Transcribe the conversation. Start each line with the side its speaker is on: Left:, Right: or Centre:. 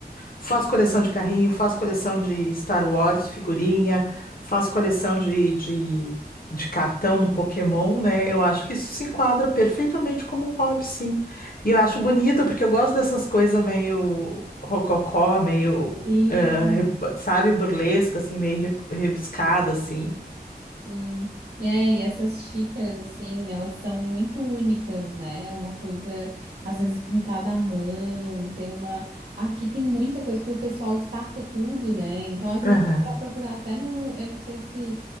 Left: Faz coleção de carrinho, faz coleção de Star Wars, figurinha, faz coleção de, de, de cartão do Pokémon, né? Eu acho que isso se enquadra perfeitamente como um hobby, sim. E eu acho bonito, porque eu gosto dessas coisas meio rococó, meio
Right: <laughs> Sim.
Left: eh, sabe, burlesca, assim, meio re- rebuscada, assim.
Right: Sim. E é, e essas xícaras, assim, elas são muito únicas, né? É uma coisa, às vezes, pintada à mão, tem uma... Aqui tem muita coisa, porque o pessoal descarta tudo, né? Então, às
Left: Aham,
Right: vezes, para procurar até no... Eu não sei se...